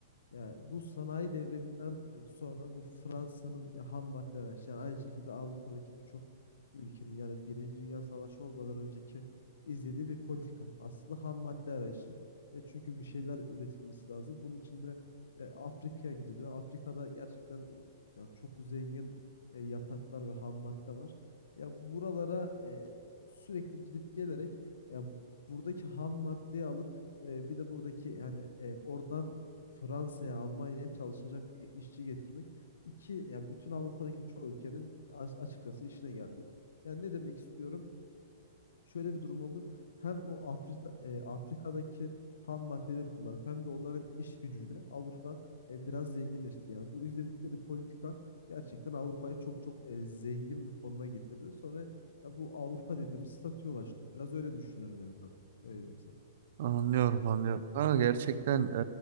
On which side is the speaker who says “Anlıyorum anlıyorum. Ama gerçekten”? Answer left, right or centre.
Right